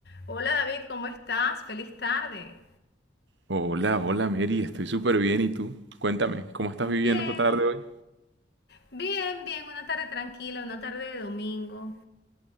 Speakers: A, on the left (about 55°); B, on the right (about 70°).
A: Hola David, ¿cómo estás? Feliz tarde.
B: Hola, hola Mary, estoy súper bien. ¿Y tú? Cuéntame, ¿cómo estás
A: Bien,
B: viviendo esta tarde hoy?
A: Bien, bien, una tarde tranquila, una tarde de domingo.